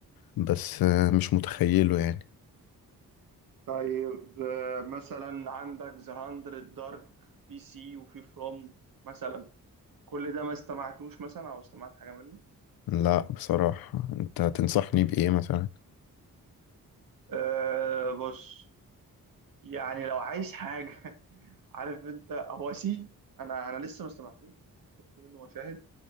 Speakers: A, on the left; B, on the right.
A: بس آه، مش متخيله يعني
B: طيب آه، مثلا عندك ذا 100 دارك في سي وفي فروم مثلا كل ده ما استمعتوش مثلا او استمعت حاجه منه
A: لا بصراحة انت تنصحني بايه مثلا
B: أه بص يعني لو عايز حاجه <laughs> عارف انت هو سي انا انا لسه ما استمعتوش شفت منه مشاهد